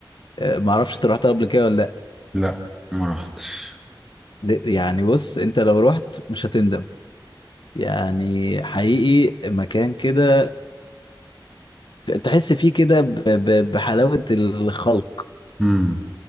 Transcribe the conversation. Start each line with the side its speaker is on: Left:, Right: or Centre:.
Left: آه، ما اعرفش انت رحتها قبل كده ولا لا
Centre: لا ما رحتش
Left: ل- يعني بص انت لو رحت مش هتندم يعني حقيقي مكان كده ف- تحس فيه كده ب- ب- بحلاوة الخلق
Centre: امم